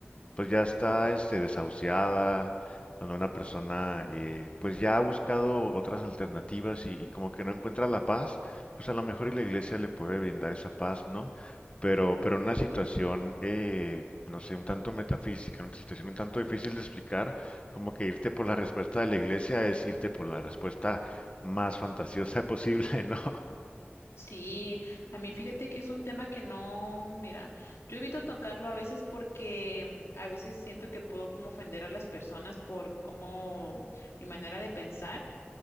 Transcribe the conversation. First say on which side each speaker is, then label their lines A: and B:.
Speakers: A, on the left (about 25°); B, on the left (about 90°).
A: pues ya está este, desahuciada, cuando una persona eh, pues ya ha buscado otras alternativas y, y como que no encuentra la paz, pues a lo mejor y la iglesia le puede brindar esa paz, ¿no? Pero, pero en una situación, eh, no sé, un tanto metafísica, una situación un tanto difícil de explicar, como que irte por la respuesta de la iglesia es irte por la respuesta más fantasiosa posible, <laughs> ¿no?
B: Sí, a mí fíjate que es un tema que no, mira, yo evito tocarlo a veces porque mm, a veces siento que puedo como ofender a las personas por como mi manera de pensar